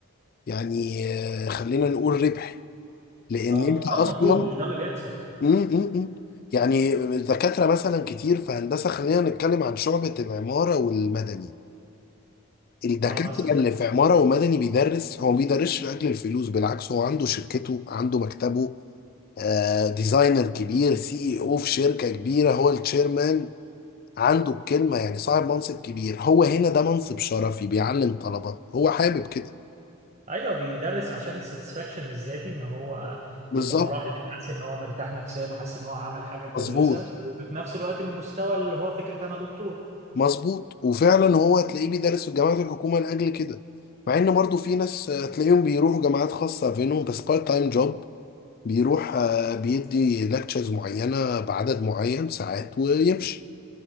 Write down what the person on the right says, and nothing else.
اه
ده
المفروض مش ده اللي بيحصل
اه مثلا
ايوه بيدرس عشان الساتسفاكشن الذاتي ان هو
يبقى مراحل حاسس ان هو مرتاح نفسيا وحاسس ان هو عمل حاجه كويسه
وفي نفس الوقت المستوى اللي هو فكره انا دكتور